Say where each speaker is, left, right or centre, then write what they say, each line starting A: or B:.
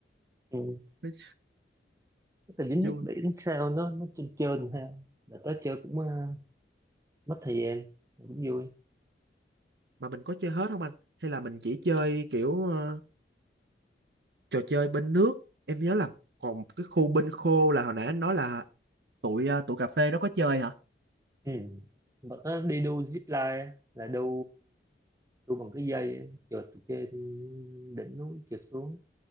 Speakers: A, on the right; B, on the right.
A: ừ.
B: Mới
A: Cái dính
B: vui
A: nước biển sao nó nó trơn trơn ha là tới chơi cũng ờ, mất thời gian mà cũng vui
B: mà mình có chơi hết không anh hay là mình chỉ chơi kiểu ờ, trò chơi bên nước em nhớ là còn cái khu bên khô là hồi nãy anh nói là tụi ờ, tụi cà phê nó có chơi hả
A: ừ. Mà có đi đu zip line á, là đu đu bằng cái dây á, trượt từ trên đỉnh núi trượt xuống